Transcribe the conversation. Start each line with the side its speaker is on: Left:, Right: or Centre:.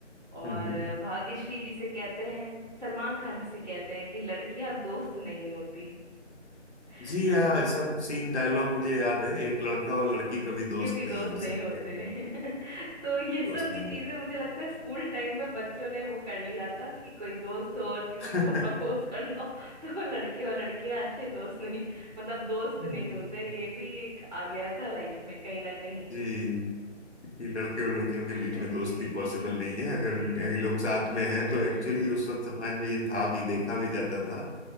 Right: और
Left: हम्म।
Right: अ, भाग्यश्री जी से कहते हैं सलमान खान जी से कहते हैं कि लड़कियां दोस्त नहीं होती <laughs>
Left: जी
Right: तो
Left: हाँ ऐसा सीन डायलॉग मुझे याद है एक लड़का और लड़की कभी दोस्त
Right: ये भी दोस्त
Left: नहीं हो
Right: नहीं
Left: सकते
Right: होते
Left: हैं
Right: <laughs> तो ये
Left: दोस्त
Right: सब भी
Left: नहीं
Right: चीजें
Left: हो
Right: मुझे लगता है स्कूल टाइम में बच्चों ने वो कर लिया था कि कोई दोस्त हो और किसी
Left: सकते
Right: को प्रपोज करना हो <laughs> तो लड़के और लड़कियां अच्छे दोस्त नहीं मतलब दोस्त
Left: <laughs>
Right: नहीं होते ये भी एक आ गया था लाइफ में कहीं ना कहीं
Left: जी कि लड़के और लड़कियों
Right: <laughs>
Left: के बीच
Right: जी
Left: में दोस्ती पॉसिबल
Right: जी
Left: नहीं है
Right: जी
Left: अगर ये
Right: जी
Left: लोग साथ में
Right: <laughs>
Left: हैं तो एक्चुअली उस वक्त समाज में ये था भी देखा भी जाता
Right: जी
Left: था